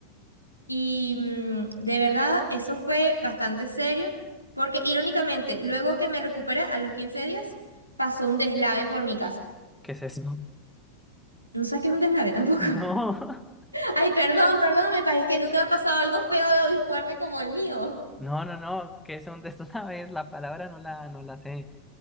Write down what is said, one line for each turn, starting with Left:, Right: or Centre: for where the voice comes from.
Right: Y mm, de verdad eso fue bastante serio porque irónicamente luego que me recuperé a los 15 días pasó un deslave por mi casa.
Centre: ¿Qué es eso?
Right: No sabes qué es un deslave <laughs> tampoco.
Centre: No, <laughs>
Right: Ay, perdón, perdón, me parece que nunca ha pasado algo feo y fuerte como el mío.
Centre: no, no, no. ¿Qué es un des- <laughs> sabes? La palabra no la, no la sé.